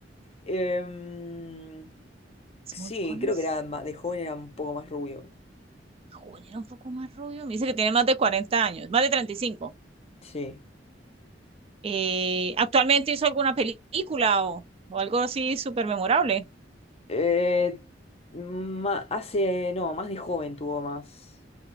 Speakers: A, on the left; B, on the right.
A: Em,
B: Es
A: sí,
B: muy conocido.
A: creo que era ma- de joven era un poco más rubio.
B: Joven, era un poco más rubio. Me dice que tiene más de 40 años, más de 35.
A: Sí.
B: Eh, ¿actualmente hizo alguna película o, o algo así súper memorable?
A: Eh, ma- hace, no, más de joven tuvo más.